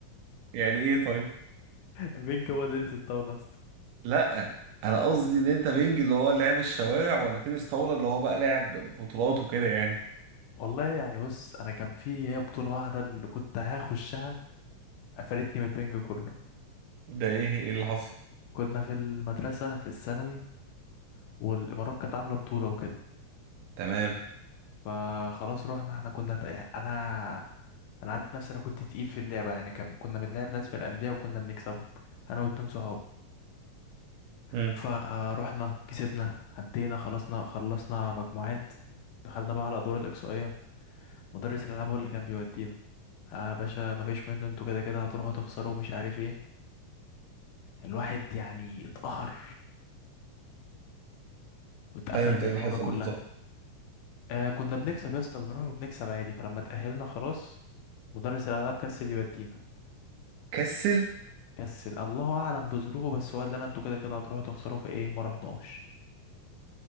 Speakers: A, on the right; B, on the left.
A: يعني ايه طيب
B: مين جوه دينيس الطاولة اصلا
A: لا انا قصدي ان انت بينج اللي هو لعب الشوارع ولا تنس طاولة اللي هو بقى لعب بطولات وكده يعني
B: والله يعني بص انا كان في هي بطولة واحدة اللي كنت هخشها قفلتني من البنج كله
A: ده ايه ايه اللي حصل
B: كنا في المدرسة في الثانوي والامارات كانت عاملة بطولة وكده
A: تمام
B: فخلاص رحنا احنا كنا تق- يعني انا انا عارف نفسي انا كنت تقيل في اللعبة يعني كان كنا بنلعب ناس من الاندية وكنا بنكسبهم انا واتنين صحابي
A: امم
B: فروحنا كسبنا عدينا خلصنا خلصنا مجموعات دخلنا بقى على الادوار الاقصائية مدرس الالعاب هو اللي كان بيودينا اه يا باشا مفيش منه انتوا كده كده هتروحوا تخسروا ومش عارف ايه الواحد يعني اتقهر واتقفل
A: ثاني انت
B: من اللعبه
A: ايه اللي حصل
B: كلها
A: بالظبط
B: آه كنا بنكسب يا اسطى بنروح وبنكسب عادي فلما اتأهلنا خلاص مدرس الالعاب كسل يودينا
A: كسل
B: كسل الله اعلم بظروفه بس هو قال لنا انتوا كده كده هتروحوا تخسروا في ايه ما رحناش